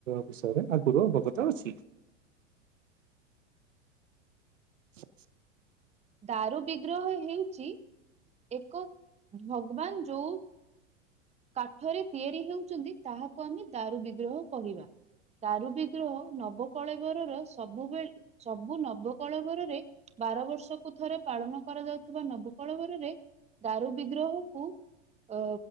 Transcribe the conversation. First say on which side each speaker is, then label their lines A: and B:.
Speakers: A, on the right (about 80°); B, on the right (about 15°).
A: ବିଷୟରେ ଆଗରୁ ଅବଗତ ଅଛି।
B: <inaudible>
A: <unintelligible>
B: ଦାରୁ ବିଗ୍ରହ ହେଉଛି ଏକ, ଭଗବାନ ଯୋଉ କାଠରେ ତିଆରି ହେଉଛନ୍ତି, ତାହାକୁ ଆମେ ଦାରୁ ବିଗ୍ରହ କହିବା। ଦାରୁ ବିଗ୍ରହ ନବକଳବରରେ ସବୁବେଳେ ସବୁ ନବକଳେବରରେ ବାର ବର୍ଷକୁ ଥରେ ପାଳନ କରାଯାଉଥିବା ନବକଳବରରେ ଦାରୁ ବିଗ୍ରହକୁ ଅ